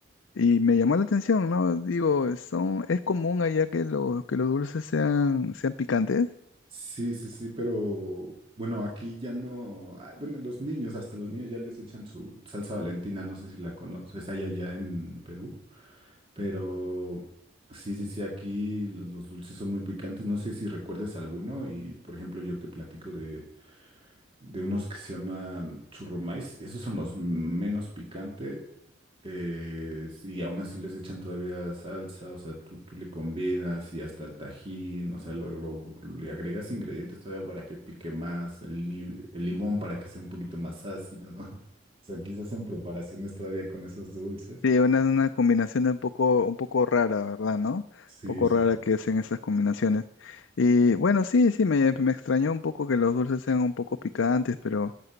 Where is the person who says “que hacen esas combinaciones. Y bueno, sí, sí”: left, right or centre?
Left